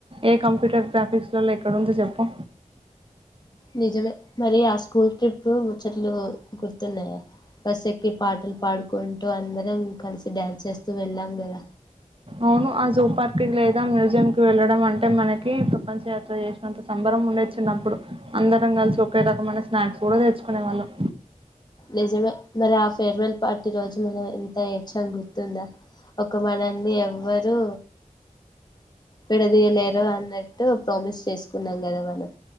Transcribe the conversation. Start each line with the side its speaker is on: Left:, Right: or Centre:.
Right: ఏ కం ప్యూటర్ గ్రాఫిక్స్ లల్లో ఎక్కడుంది చెప్పు
Left: నిజమే మరి ఆ స్కూల్ ట్రిప్ ముచ్చట్లు గుర్తున్నాయా బస్ ఎక్కి పాటలు పాడుకుంటూ అందరం కలిసి డాన్స్ చేస్తూ వెళ్ళాం కదా
Right: అవును ఆ జూ పార్క్ కి లేదా మ్యూజియం కి వెళ్ళడం అంటే మనకి ప్రపంచ యాత్ర చేసినంత సంబరం ఉండేది చిన్నప్పుడు అందరం కలిసి ఒకే రకమైన స్నాక్స్ కూడా తెచ్చుకునే వాళ్ళం
Left: నిజమే మరి ఆ ఫేర్వెల్ పార్టీ రోజు మనం ఎంత ఏడ్చాం గుర్తుందా ఒక మనల్ని ఎవ్వరూ విడదీయలేరు అన్నట్టు ప్రామిస్ చేసుకున్నాం కదా మనం